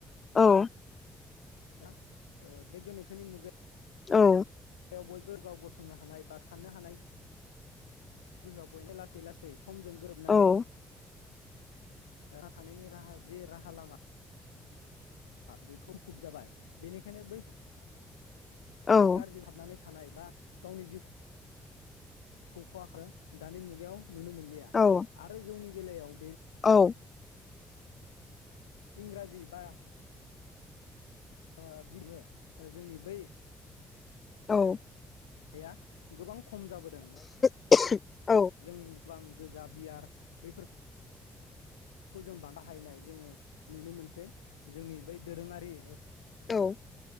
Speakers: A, on the left (about 35°); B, on the left (about 80°).
A: औ।
B: ना ओ बे गोनोखोनि मुगायाव
A: औ
B: बयबो गाव गसंनो हानाय बा साननो हानाय गोहोआव लासै लासै समजों गोरोबनानै
A: औ
B: <unintelligible> थानायनि राहा जे राहा लामा बेखौ खुब जाबाय बेनिखायनो बै
A: औ
B: गाज्रि हाबनानै थानाय बा गावनि जिउ खखवाखो दानि मुगायाव नुनो मोनलिया
A: औ औ
B: आरो जौनि बेेलायाव
A: औ
B: इंराजि बा आ बिदिनो जोंनि बै
A: औ।
B: <unintelligible> गोबां खम जाबोदों।
A: <unintelligible>
B: जोंबां गोजा बियार बेफोर खौ जों बाहायनाय जोङो नुनो मोनसै जोंनि बै दोरोङारि
A: औ।